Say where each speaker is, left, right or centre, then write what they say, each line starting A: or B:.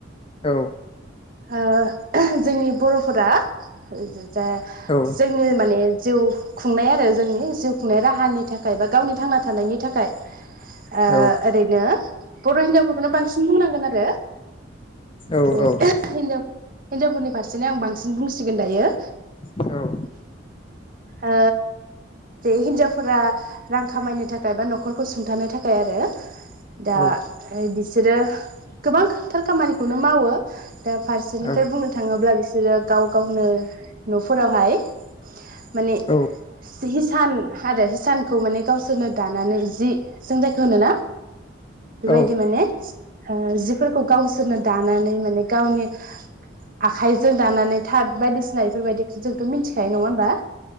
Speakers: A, on the left; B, on the right.
A: औ
B: ओ जोंनि बर'फोरा जे
A: औ
B: जोंनि माने जिउ खुंनाय आरो जोंनि जिउ खुंनाय राहानि थाखाय बा गावनि थांना थानायनि थाखाय ओ
A: औ
B: ओरैनो बर' हिन्जावफोरखौनो बांसिन बुंनांगोन आरो
A: औ
B: जिनजाव <unintelligible> हिनजावफोरनि फारसेनो आं बांसिन बुंसिगोन दायो
A: औ
B: ओ बे हिनजावफोरा रां खामायनो थाखाय बा न'खरखौ सुंथानो थाखाय आरो दा
A: औ
B: बिसोरो गोबां खा थार खामानिखौनो मावो दा फारसेनिफ्राय
A: औ
B: बुंनो थाङोब्ला बिसोरो गाव गावनो न'फोरावहाय माने
A: औ
B: सि सान आरो हिसानखौ माने गावसोरनो दानानै जि जों जायखो होनोना बेबायदि
A: औ
B: माने जिफोरखौ गावसोरनो दानानै माने गावनि आखाइजों दानानै थाद बायदिसिना इफोरबायदि जोंथ' मिथिखायो नङा ओमबा